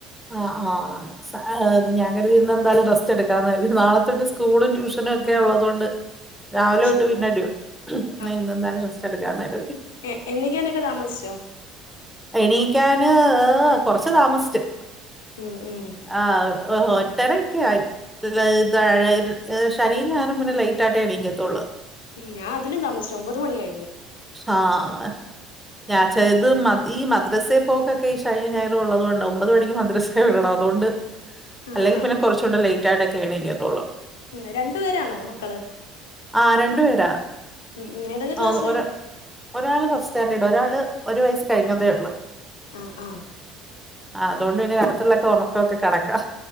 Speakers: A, in the centre; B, on the left (about 85°).
A: ആഹ് ആഹ് ആത് ഞാൻ കരുതി ഇന്ന് എന്തായാലും റസ്റ്റ് എടുക്ക ക്കാ കരുതി നാളത്തെ തൊട്ട് സ്കൂളും ട്യൂഷനും ഒക്കെ ഉള്ള തോണ്ട് രാവിലെ
B: ആഹ് അത്
A: തെട്ട്
B: ശരിയാ
A: പിന്നെ അടി ഹ്മ്
B: ആഹ്
A: ഇന്നെന്തായാലും റസ്റ്റ് എടുക്കാമെന്ന് കരുതി
B: എ എണീക്കാനൊക്കെ താമസിച്ചോ
A: എണീക്കാന്. കൊറച്ച് താമസിച്ചു
B: ഉം ഉം
A: ആ ഒട്ടേറെ ഒക്കെ ആയി <unintelligible> ഇത് ശനിയും ഞായറും പിന്നെ ലൈറ്റ് ആയിട്ടേ എണീക്കത്തൊള്ളൂ
B: ഉം ഞൻ അതിലും താമസിച്ചു ഒമ്പത് മണി കഴിഞ്ഞു
A: ആഹ് <unintelligible> ഇത് മ ഈ മദ്രസയിൽ പോക്കൊക്കെ ഈ ശനിയും ഞായറും ഉള്ളത് കൊണ്ടാവും മണിക്ക് മദ്രസയിൽ വിടണം അത്കൊണ്ട്
B: ആഹ്
A: അല്ലെങ്കി
B: ആഹ്
A: പിന്നെ കുറച്ചൂടെ ലേറ്റ് ആയിട്ടൊക്കെ എണീക്കത്തൊള്ളൂ
B: ഉം രണ്ടു പേരാണോ മക്കള്
A: ആ രണ്ടു പേരാ
B: ഉം ഉം ഏതൊക്കെ
A: ആ
B: ക്ലാസ്സിലായി
A: ഒര ഒരാൾ ഫസ്റ്റ് സ്റ്റാൻഡേർഡ് ഒരാള് ഒരു വയസ്സ് കഴിഞ്ഞതേ ഒള്ളു
B: ആഹ് ആഹ്
A: ആ അതൊണ്ട് പിന്നെ രാത്രിയിലുള്ളൊക്കെ ഉറക്കെമൊക്കെ കണക്കാ